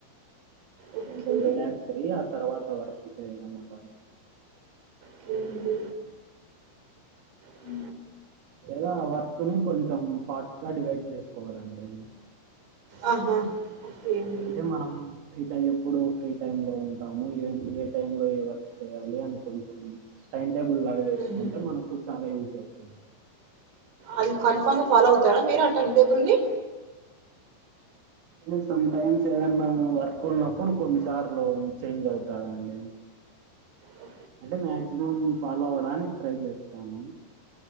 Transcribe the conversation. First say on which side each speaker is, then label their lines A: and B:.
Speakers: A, on the right; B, on the right.
A: ఓకే
B: కొంచం రిలాక్స్ అయి ఆ తర్వాత వర్క్ చేయడం వల్ల
A: కేంది అహ
B: లేదా ఆ వర్క్ ని కొంచెం పార్ట్స్ గా డివైడ్ చేసుకోవాలండి
A: ఆహా ఓకె అండి
B: అంటే మనం ఫ్రీ టైం ఎప్పుడు ఫ్రీ టైమ్ లో ఉంటాము ఏ టైమ్ లో ఏ వర్క్ చేయ్యాలి అని కొంచెం టైం టేబుల్ లాగా వేసుకుంటే
A: హుహు.
B: మనకు చాలా యూజ్ అవుతుంది
A: అది కన్ఫామ్ గా ఫాలో అవుతారా మీరు ఆ టైమ్ టేబుల్ ని
B: ని సమ్ టైమ్స్ ఏదన్నా వర్క్ ఉన్నప్పుడు కొన్నిసార్లు చేంజ్ అవుతదండి
A: ఓ
B: అంటే మాక్సిమం ఫాలో అవడానికి ట్రై చేస్తాను